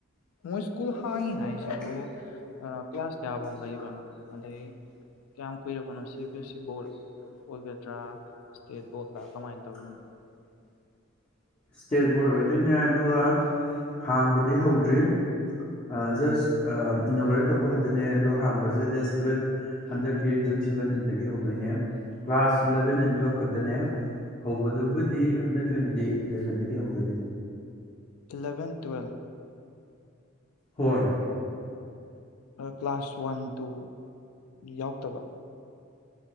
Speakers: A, on the left; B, on the left.
A: ꯑꯁꯇꯦꯠ
B: ꯃꯣꯏ ꯁ꯭ꯀꯨꯜ ꯍꯥꯡꯉꯤ ꯍꯥꯏꯁꯤꯕꯨ ꯀ꯭ꯂꯥꯁ ꯀꯌꯥꯐꯧ ꯂꯩꯕꯅꯣ ꯑꯗꯩ
A: ꯕꯣꯔꯗ
B: ꯀꯌꯥꯝ ꯀꯨꯏꯔꯕꯅꯣ ꯁꯤ ꯕꯤ ꯑꯦꯁ ꯁꯤ ꯑꯣꯏꯒꯗ꯭ꯔꯥ
A: ꯑꯣꯏ
B: ꯏꯁꯇꯦꯠ ꯕꯣꯔꯗꯂ ꯀꯃꯥꯏꯅ ꯇꯧꯔꯤꯅꯣ
A: ꯑꯗꯨꯏꯅꯦ ꯑꯗꯨꯒ ꯍꯥꯡꯕꯗꯤ ꯍꯧꯗ꯭ꯔꯤ ꯑꯥ ꯖꯁ ꯑꯥ ꯏꯅꯣꯒ꯭ꯔꯦꯠ ꯇꯧꯕ ꯈꯛꯇꯅꯦ ꯑꯗꯣ ꯍꯥꯡꯕꯁꯦ ꯗꯦꯠ ꯁꯕꯦꯟ ꯍꯟꯗꯛꯀꯤ ꯖꯨꯟ ꯁꯕꯦꯟꯇꯤꯟꯗꯒꯤ ꯍꯧꯗꯣꯏꯅꯦ ꯀ꯭ꯂꯥꯁ ꯏꯂꯚꯦꯟ ꯑꯦꯟ ꯇꯨꯋꯦꯜꯐ ꯈꯛꯇꯅꯦ ꯍꯧꯕꯗꯨꯕꯨꯗꯤ ꯍꯟꯗꯛꯀꯤ ꯑꯣꯏꯅꯗꯤ ꯏꯂꯚꯦꯟꯗꯒꯤ ꯍꯧꯗꯣꯏꯅꯦ
B: ꯏꯂꯚꯦꯟ ꯇ꯭ꯨꯋꯦꯜ
A: ꯍꯣꯏ
B: ꯑꯗꯣ ꯀ꯭ꯂꯥꯁ ꯋꯥꯟ ꯇꯨꯗꯤ ꯌꯥꯎꯗꯕ